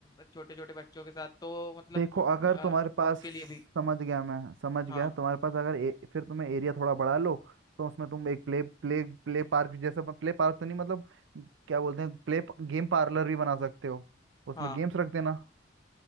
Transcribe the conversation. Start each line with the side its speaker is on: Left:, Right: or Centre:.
Left: छोटे छोटे बच्चों के साथ तो मतलब
Right: देखो अगर
Left: अ,
Right: तुम्हारे पास
Left: उनके लिए भी
Right: समझ गया मैं समझ
Left: हाँ
Right: गया तुम्हारे पास अगर ए, फिर तुम्हें एरिया थोड़ा बढ़ा लो तो उसमें तुम एक प्ले प्ले प्ले पार्क जैसा प्ले पार्क तो नहीं मतलब क्या बोलते हैं प्ले गेम पार्लर भी बना सकते हो उसमें
Left: हाँ
Right: गेम्स रख देना